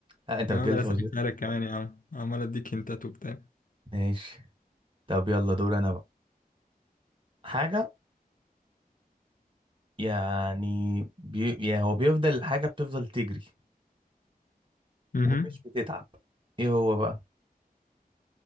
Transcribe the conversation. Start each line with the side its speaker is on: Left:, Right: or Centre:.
Right: لا أنت
Left: يا
Right: بتجيب
Left: عم ده
Right: لي
Left: انا
Right: فوازير
Left: سهلتها لك كمان يا عم عمال اديك هنتات وبتاع
Right: ماشي طب يلا دور أنا بقى حاجة يعني بي... يعني هو بيفضل الحاجة بتفضل تجري
Left: اها
Right: ومش بتتعب ايه هو بقى